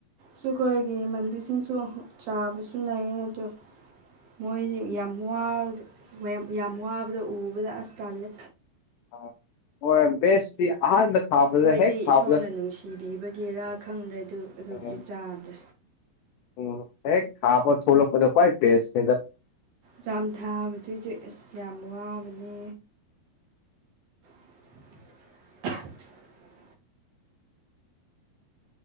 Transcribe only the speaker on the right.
ꯁꯨ ꯑꯈꯣꯏꯒꯤ ꯏꯃꯥꯟꯅꯕꯤꯁꯤꯡꯁꯨ ꯆꯥꯕꯁꯨ ꯂꯩꯌꯦ ꯑꯗꯨ ꯃꯣꯏꯗꯤ ꯌꯥꯝ ꯋꯥꯕꯗꯨ ꯌꯥꯝ ꯋꯥꯕꯗ ꯎꯕꯗ ꯑꯁ ꯇꯜꯂꯦ
ꯑꯩꯈꯣꯏꯗꯤ
ꯏꯁꯣꯔꯅ ꯅꯨꯡꯁꯤꯕꯤꯕꯒꯤꯔꯥ ꯈꯪꯗ꯭ꯔꯦ ꯑꯗꯨ ꯑꯗꯨꯗꯤ
ꯆꯥꯗ꯭ꯔꯦ
ꯖꯥꯝ ꯊꯥꯕꯗꯨꯗꯤ ꯑꯁ ꯌꯥꯝ ꯋꯥꯕꯅꯦ <inaudible>